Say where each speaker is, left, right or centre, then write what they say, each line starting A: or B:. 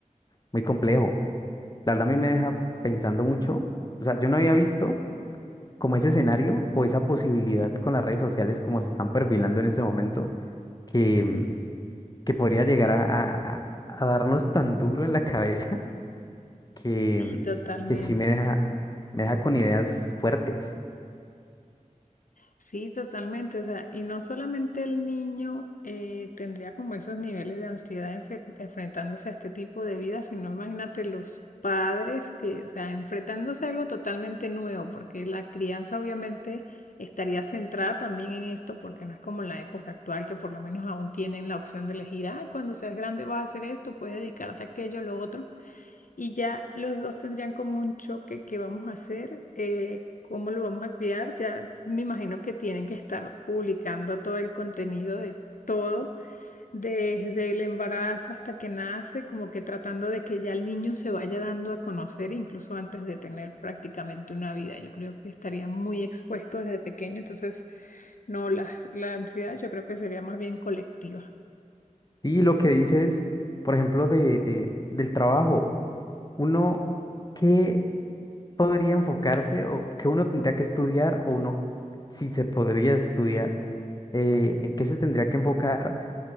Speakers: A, on the left; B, on the left.
A: muy complejo. La verdad a mí me deja pensando mucho. O sea, yo no había visto como ese escenario o esa posibilidad con las redes sociales como se están perfilando en ese momento que, mm, que podría llegar a, a- a- a darnos tan duro en la cabeza <laughs> que,
B: Y
A: mm,
B: totalmente.
A: que sí me deja, me deja con ideas fuertes.
B: Sí, totalmente. O sea, y no solamente el niño eh, tendría como esos niveles de ansiedad enfe- enfrentándose a este tipo de vida, sino imagínate los padres que, o sea, enfrentándose a algo totalmente nuevo, porque la crianza obviamente estaría centrada también en esto, porque no es como en la época actual que por lo menos aún tienen la opción de elegir, ah, cuando seas grande vas a hacer esto, puedes dedicarte a aquello, lo otro y ya los dos tendrían como un choque, ¿qué vamos a hacer? Eh, ¿cómo lo vamos a criar? Ya me imagino que tienen que estar publicando todo el contenido de todo, desde el embarazo hasta que nace, como que tratando de que ya el niño se vaya dando a conocer, incluso antes de tener prácticamente una vida. Yo creo que estaría muy expuesto desde pequeño, entonces no, la, la ansiedad yo creo que sería más bien colectiva.
A: Sí, lo que dices, por ejemplo, de, de- del trabajo. Uno, ¿qué? podría enfocarse o qué uno tendría que estudiar o uno si se podría estudiar, eh, en qué se tendría que enfocar